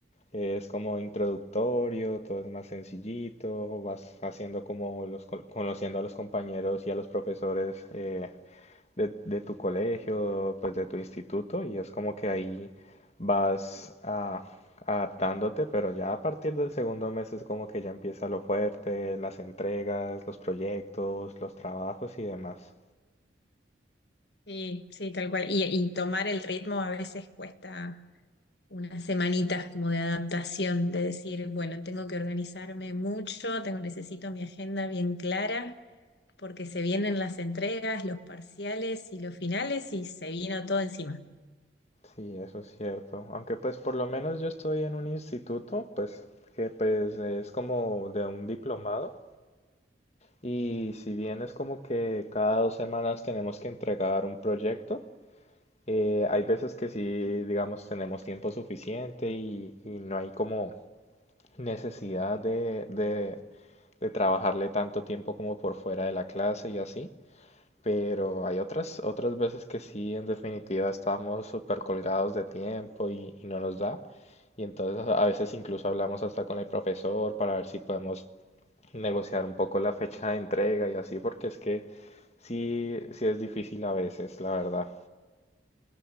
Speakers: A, on the left; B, on the left.
A: eh, es como introductorio, todo es más sencillito, vas haciendo como los, co- conociendo a los compañeros y a los profesores, eh, de, de tu colegio, pues de tu instituto, y es como que ahí vas ah, adaptándote, pero ya a partir del segundo mes es como que ya empieza lo fuerte, las entregas, los proyectos, los trabajos y demás.
B: Sí, sí, tal cual. Y, y tomar el ritmo a veces cuesta unas semanitas como de adaptación, de decir, bueno, tengo que organizarme mucho, tengo, necesito mi agenda bien clara, porque se vienen las entregas, los parciales y los finales y se vino todo encima.
A: Sí, eso es cierto. Aunque pues por lo menos yo estoy en un instituto, pues que pues es como de un diplomado. Y si bien es como que cada dos semanas tenemos que entregar un proyecto, Eh, hay veces que sí, digamos, tenemos tiempo suficiente y, y no hay como necesidad de, de, de trabajarle tanto tiempo como por fuera de la clase y así, pero hay otras, otras veces que sí, en definitiva, estamos súper colgados de tiempo y, y no nos da. Y entonces a a veces incluso hablamos hasta con el profesor para ver si podemos negociar un poco la fecha de entrega y así, porque es que sí, sí es difícil a veces, la verdad.